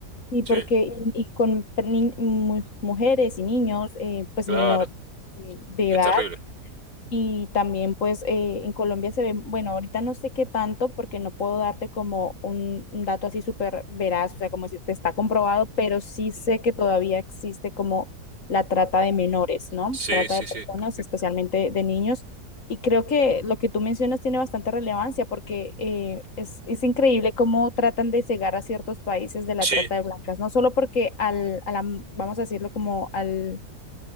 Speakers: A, on the left (about 50°); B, on the right (about 70°).
A: y
B: Sí,
A: porque, y, y con ni- mu- mujeres y niños, eh, pues
B: claro.
A: menor eh, de
B: Es
A: edad
B: terrible.
A: Y también pues eh, en Colombia se ve, bueno, ahorita no sé qué tanto porque no puedo darte como un, un dato así súper veraz, o sea, como si te está comprobado, pero sí sé
B: Mm.
A: que todavía existe como la trata de menores, ¿no?
B: Sí,
A: Trata
B: sí,
A: de personas,
B: sí.
A: especialmente de niños. Y creo que lo que tú mencionas tiene bastante relevancia porque eh, es, es increíble cómo tratan de cegar a ciertos países de la
B: Sí.
A: trata de blancas, no solo porque al, a la- vamos a decirlo como al